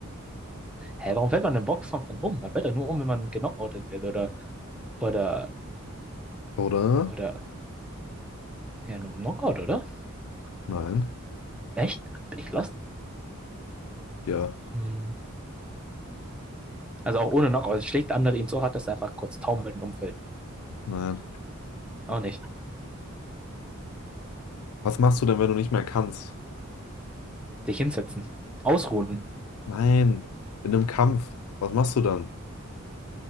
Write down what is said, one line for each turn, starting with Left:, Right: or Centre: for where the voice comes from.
Centre: Hä, warum fällt man im Boxkampf dann um? Man fällt doch nur um, wenn man genockoutet wird oder, oder,
Left: Oder?
Centre: oder, ja, nur im Knockout, oder?
Left: Nein.
Centre: Echt? Bin ich lost?
Left: Ja,
Centre: Hm. Also auch ohne Knockout. Schlägt der andere ihn so hart, dass er einfach kurz taumelnd umfällt.
Left: nein.
Centre: Auch nicht.
Left: Was machst du denn, wenn du nicht mehr kannst?
Centre: Dich hinsetzen. Ausruhen.
Left: Nein. In einem Kampf. Was machst du dann?